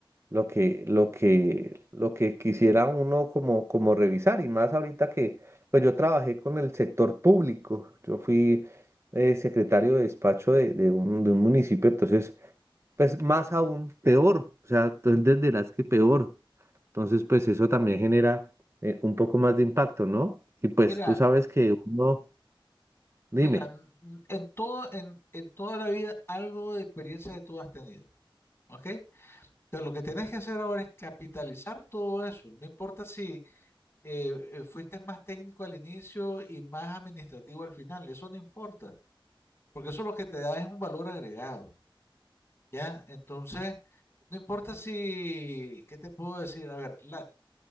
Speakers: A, on the right (about 30°); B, on the left (about 25°).
A: lo que, lo que, lo que quisiera uno como, como revisar, y más ahorita que, pues yo trabajé con el sector público, yo fui eh, secretario de despacho de, de un, de un municipio, entonces, pues más aún peor, o sea, tú entenderás que peor, entonces, pues eso también genera eh, un poco más de impacto, ¿no? Y pues
B: mira,
A: tú sabes que uno,
B: mira,
A: dime,
B: n- n- en todo, en, en toda la vida algo de experiencia de tú has tenido, ¿ok? Entonces, lo que tienes que hacer ahora es capitalizar todo eso. No importa si eh, eh, fuiste más técnico al inicio y más administrativo al final, eso no importa, porque eso lo que te da es un valor agregado. ¿ya? Entonces, no importa si, ¿qué te puedo decir? A ver, la-